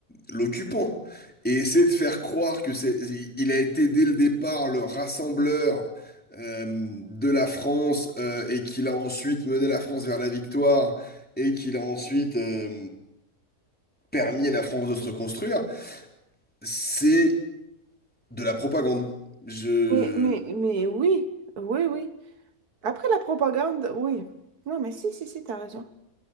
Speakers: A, in the centre; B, on the right.
A: l'occupant et essayer de faire croire que c'est il a été dès le départ le rassembleur euh, de la France euh, et qu'il a ensuite mené la France vers la victoire et qu'il a ensuite euh, permis à la France de se reconstruire, c'est de la propagande. Je...
B: Mais, mais, mais oui, oui, oui. Après la propagande, oui. Non, mais si, si, si, t'as raison.